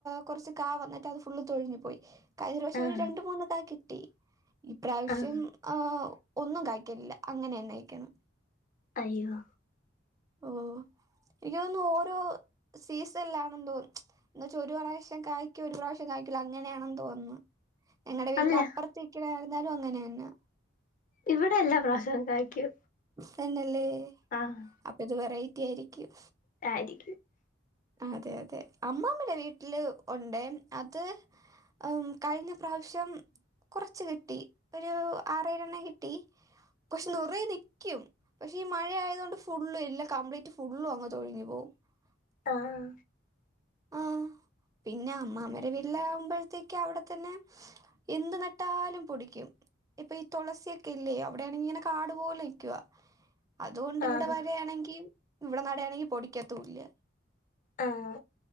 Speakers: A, on the right (about 20°); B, on the left (about 45°).
A: കുറച്ച് കാ വന്നിട്ട് അത് ഫുള്ള് തൊഴിഞ്ഞു പോയി കഴിഞ്ഞ പ്രാവശ്യം
B: ആഹ്
A: ഒരു രണ്ട് മൂന്ന് ക കിട്ടി ഈ പ്രാവശ്യം
B: ആഹ്
A: ഓ ഒന്നും കഴ്ക്കലില്ല അങ്ങനെന്നയിക്കണം
B: അയ്യോ
A: ഓ എനിക്ക് തോന്നുന്നു ഓരോ സീസണിലാണ് തോന്നും എന്നുവച്ചാ ഒരു പ്രാവശം കായ്ക്കു ഒരു പ്രാവശ്യം കായ്കുല അങ്ങനെയാണെന്ന് തോന്നുന്നു ഞങ്ങളടെ വീടിന്റെ
B: അല്ല
A: അപ്പുറത്തേക്കലായിരുന്നാലും അങ്ങനെ തന്നെ
B: ഇവിടെ എല്ലാം പ്രാവിശ്യം കഴിക്കും
A: തന്നല്ലേ
B: ആഹ്
A: അപ്പൊ ഇത് വെറൈറ്റി ആയിരിക്കും
B: താഗി
A: അതെ അതെ അമ്മമടെ വീട്ടിൽ ഉണ്ട് അത് ഉം കഴിഞ്ഞ പ്രാവശ്യം ഉം കൊറച്ച് കിട്ടി ഒരു ആറേഴണ്ണം കിട്ടി പക്ഷെ നിറെ നിക്കും പക്ഷെ ഈ മഴ ആയത് കൊണ്ട് ഫുള്ളും എല്ലാം കംപ്ലീറ്റ് ഫുള്ളും അങ്ങ് തൊഴങ്ങി പോവും <unintelligible>
B: ആഹ്
A: ആഹ് പിന്നെ അമ്മാമരെ വീല്ല ആകുമ്പോഴത്തേക്ക് അവിടെ തന്നെ എന്ത് നട്ടാലും പൊടിക്കും ഇപ്പൊ ഈ തുളസിയൊക്കെ ഇല്ലേ അവിടെയാണെങ്കി ഇങ്ങനെ കാട് പോലെ നിക്കുവ അതുകൊണ്ട് ഇവിടെ
B: ആഹ്
A: വരയാണെങ്കി ഇവിടെ നടയാണെങ്കും പൊടിക്കാത്തു ഇല്ല
B: ആഹ്